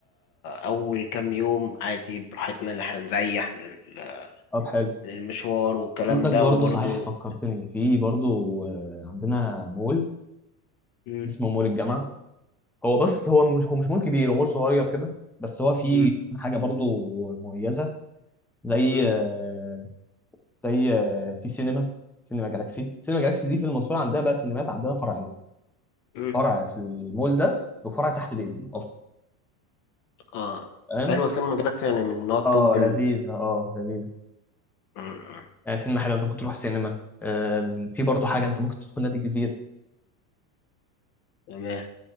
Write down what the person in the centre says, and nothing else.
طب حلو
عندك
برضو
صحيح فكرتني في برضو آه، عندنا مول
اسمه مول الجامعة هو بس هو مش هو مش مول كبير هو مول صغير كده بس هو فيه
حاجة برضو مميزة زي
آه، زي آه، في سينما سينما جالاكسي سينما جالاكسي دي في المنصورة عندها بقى سينمات عندنا فرعية
فرع في المول ده وفرع تحت بيتي اصلا
فاهم
اه
لذيذ اه لذيذ
يعني سينما حلوه انت ممكن تروح سينما أم، في برضه حاجه انت ممكن تدخل نادي الجزيره